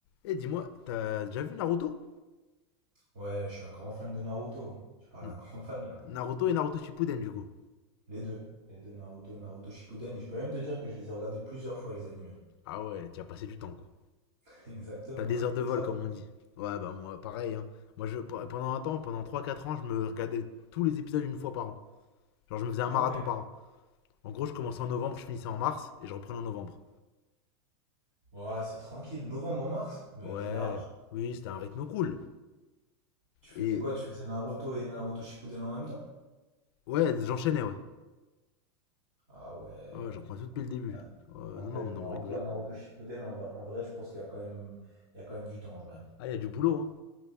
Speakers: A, on the left (about 60°); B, on the right (about 50°).
A: Eh, dis-moi, t'as déjà vu Naruto
B: Ouais, je suis un grand fan de Naruto. Tu parles
A: N-
B: à un <laughs> grand fan là.
A: Naruto et Naruto Shippuden, du coup.
B: Les deux. Les deux Naruto, Naruto Shippuden. Et je peux même te dire que je les ai regardés plusieurs fois les animés.
A: Ah ouais, tu as passé du temps, quoi.
B: <laughs> Exactement.
A: T'as des heures de
B: Et
A: vol,
B: toi?
A: comme on dit. Ouais, bah moi, pareil, hein. Moi, je, pe- pendant un temps, pendant trois quatre ans, je me regardais tous les épisodes une fois par an. Genre, je me faisais un
B: Ah
A: marathon
B: ouais.
A: par an. En gros, je commençais en novembre, je finissais en mars, et je reprenais en novembre.
B: Ouais, c'est tranquille. Novembre en mars? Mais
A: Ouais,
B: t'es large.
A: oui, c'était un rythme cool.
B: Tu faisais
A: Et
B: quoi? Tu faisais Naruto et Naruto Shippuden en même temps?
A: ouais, j'enchaînais, ouais.
B: Ah ouais.
A: Ouais, ouais, je reprenais tout depuis le début.
B: Ouais.
A: Ouais,
B: En
A: non,
B: vrai,
A: non,
B: de Naruto
A: non, on rigolait
B: à Naruto
A: pas.
B: Shippuden, en va- en vrai, je pense qu'il y a quand même, il y a quand même du temps en vrai.
A: Ah, il y a du boulot, hein.